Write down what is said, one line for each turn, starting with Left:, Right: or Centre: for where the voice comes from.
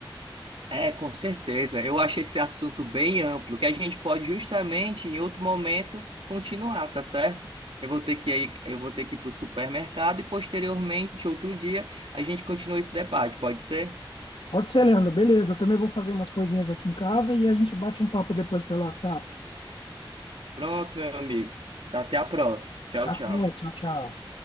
Right: É, com certeza. Eu acho esse assunto bem amplo, que a gente pode justamente, em outro momento, continuar, tá certo? Eu vou ter que ir, eu vou ter que ir para o supermercado e, posteriormente, outro dia, a gente continua esse debate, pode ser?
Left: Pode ser, Leandro. Beleza, eu também vou fazer umas coisinhas aqui em casa e a gente bate um papo depois pelo WhatsApp.
Right: Pronto, meu amigo. Até a próxima. Tchau,
Left: Até,
Right: tchau.
Left: tchau, tchau.